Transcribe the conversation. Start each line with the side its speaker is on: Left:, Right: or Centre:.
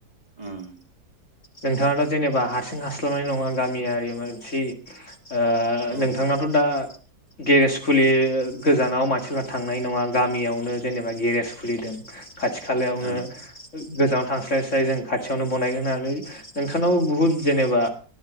Right: उम
Left: नोंथाङाथ' जेनेबा हारसिं हास्लाबनाय नङा। गामियारि मोनसे ओ
Right: औ ओं
Left: नोंथांनाथ' दा गेरेज खुलि ओ गोजानाव मानसिफ्रा थां नाय नङा गामियावनो जेनेबा गेरेज खुलिदों। खाथि खालायावनो
Right: ओं
Left: <unintelligible> गोजानाव थांस्लाय स्लाय जों खाथियावनो बनायगोन होननानै नोंथांनावबो बुहुत जेनेबा